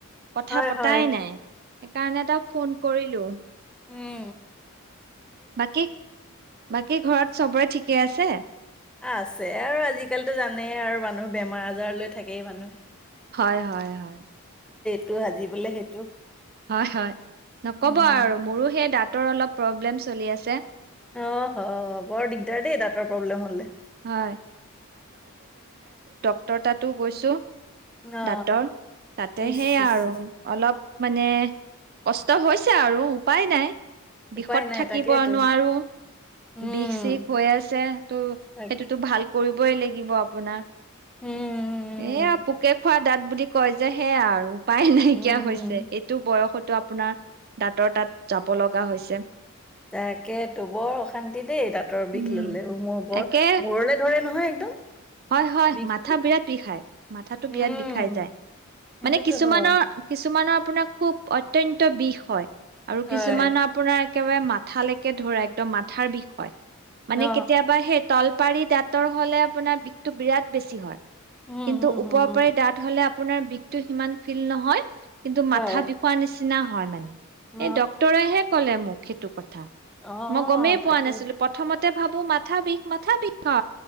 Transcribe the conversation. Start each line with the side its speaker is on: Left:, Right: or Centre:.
Right: কথা
Centre: হয়
Right: পতাই
Centre: হয়
Right: নাই সেইকাৰণে তাক ফোন কৰিলো।
Centre: হে।
Right: বাকী, বাকী ঘৰত চবৰে ঠিকে আছে।
Centre: আছে। আৰু আজিকালিতো জানেই আৰু মানুহ বেমাৰ আজাৰ লৈ থাকেই মানুহে।
Right: হয়, হয়, হয়।
Centre: টো সাজি বোলে সেইটো
Right: হয় হয় নকব
Centre: উম।
Right: আৰু মোৰোঁ সেই দাঁত ৰ অলপ প্ৰব্লেম চলি আছে।
Centre: অ' অ' বৰ দিগদাৰ দেই দাঁতৰ প্ৰব্লেম হ'লে।
Right: হয় দাঁতৰ তাতোঁ গৈছোঁ
Centre: অ
Right: দাঁতৰ তাতে
Centre: ইচ
Right: সেইয়া
Centre: ইচ
Right: আৰু
Centre: ইচ।
Right: অলপ মানে কষ্ট হৈছে আৰু উপ উপায় নাই বিষত
Centre: উপায় নাই
Right: থাকিব
Centre: তাকেইতো
Right: নোৱাৰো
Centre: উম
Right: বিষ চিষ হৈ আছে ত'
Centre: তাকে
Right: সেইটোতো ভাল কৰিবই লাগিব আপোনাৰ
Centre: উম
Right: এয়া পোকে খোৱা দত বুলি কয় যে সেয়া আৰু পাই নাইকিয়া
Centre: উম
Right: হৈছে
Centre: উম।
Right: এইটো বয়সত টো আপোনাৰ দাঁতৰ তাত যাব লগা হৈছে
Centre: তকে তটো বৰ অশান্তি দেই দাঁতৰ বিষ
Right: উম
Centre: ললে মোৰ বৰ
Right: একে
Centre: মূৰলে ধৰে নহয় একদম
Right: হয় হয়
Centre: বিষটো
Right: মাথা বিৰাট বিষাই মাথাটো
Centre: উম
Right: বিৰাট বিষাই যায়
Centre: সেইটোতো
Right: মানে কিছুমানৰ
Centre: হয়
Right: কিছুমানৰ আপোনাৰ খুব অত্য়ন্ত বিষ হয় আৰু
Centre: হয়
Right: কিছুমান আপোনাৰ একেবাৰে মাথালৈকে ধৰে একদম মাথাৰ বিষয় মানে
Centre: অ
Right: কেতিয়াবা সেই তল পাৰি দাঁতৰ হ'লে আপোনাৰ টো বিৰাট বেছি হয়
Centre: উম
Right: কিন্তু
Centre: উম
Right: ওপৰৰ
Centre: উম উম,
Right: পাৰি দাঁত হ'লে আপোনাৰ বিষতটো সিমান ফিল নহয় কিন্তু
Centre: হয়
Right: মাথা বিষুৱ নিছে নিচিনা হয় মানে
Centre: অ
Right: এ ডক্টৰেহে ক'লে মোক <unintelligible>
Centre: অ
Right: মই গমেই
Centre: তাকে
Right: পোৱা নাছিলো প্ৰথম তাতে ভাবো মাথা বিষ মাথা বিষ